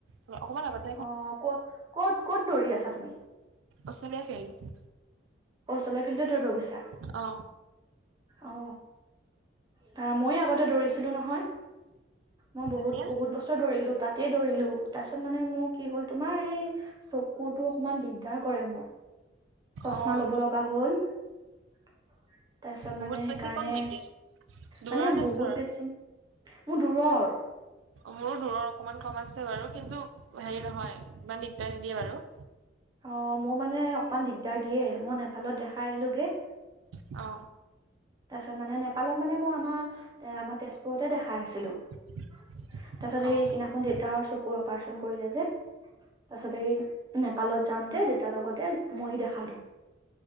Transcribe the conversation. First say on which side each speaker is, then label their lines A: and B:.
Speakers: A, on the right; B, on the right.
A: অ অকমান আগত
B: অ ক ক'ত ক'ত দৌৰি আছা তুমি
A: অষ্ট্ৰেলিয়া ফিল্ড
B: অষ্ট্ৰেলিয়া ফিল্ডত দৌৰিব গৈছা
A: অ
B: অ তা ময়ো আগতে দৌৰিছিলো নহয় মই বহুত
A: এতিয়া
B: বহুত বছৰ দৌৰিলো তাতেই দৌৰিলো তাৰ পিছত মানে মোৰ কি হ'ল তোমাৰ এই চকুতো অকণমান দিগদাৰ কৰে মোৰ
A: অ',
B: চছমা ল'ব লগা হ'ল তাৰপিছত
A: বহুত
B: মানে সেইকাৰণে
A: বেছি কম নেকি? দূৰৰ
B: মানে
A: নে
B: বহুত
A: ওচৰৰ?
B: বেছি মোৰ দূৰৰ
A: মোৰো দূৰৰ অকমান কম আছে বাৰু কিন্তু হেৰি নহয় ইমান দিগদাৰ নিদিয়ে বাৰু
B: অ মোৰ মানে অকমান দিগদাৰ দিয়ে মই নেপালত দেখাই আহিলোগে
A: অ
B: তাৰপিছত মানে নেপালত মানে মই আমাৰ এ আমাৰ তেজপুৰতে দেখাই আছিলো।
A: <inaudible>
B: তাৰপাছত সেই
A: অ',
B: সিদিনাখন
A: তাৰপিছত?
B: দেউতাৰ চকু অপাৰেচন কৰিলে যে তাৰপাছত সেই নেপালত যাওঁতে দেউতাৰ লগতে ময়ো দেখালো